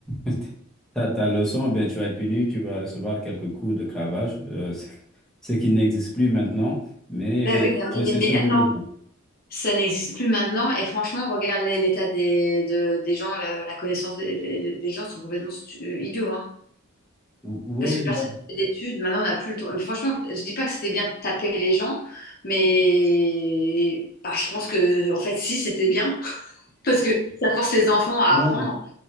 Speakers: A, in the centre; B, on the left.
A: <laughs> Ta, ta leçon, ben, tu vas être puni, tu vas recevoir quelques coups de cravache, euh, <laughs> ce ce qui n'existe plus maintenant, mais
B: Bah oui, bah,
A: j'ai
B: mais,
A: ces
B: mais
A: souvenirs
B: attends, ça n'existe plus maintenant. Et franchement, regarde l'é- l'état des, de- des gens, la, la connaissance des, des- des gens sont complètement stu- idiots.
A: Oui,
B: Parce que
A: bah,
B: personne ne fait d'études. Maintenant, on n'a plus le droit. Mais franchement, je dis pas que c'était bien de taper les gens, mais bah, je pense que, en fait, si, c'était bien. <laughs> Parce que ça force les enfants à
A: oui,
B: apprendre.